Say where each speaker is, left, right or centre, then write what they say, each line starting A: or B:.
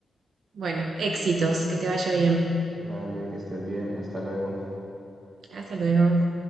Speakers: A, on the right; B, on the right.
A: bueno, éxitos, que te vaya bien.
B: Vale, que estés bien, hasta luego.
A: Hasta luego.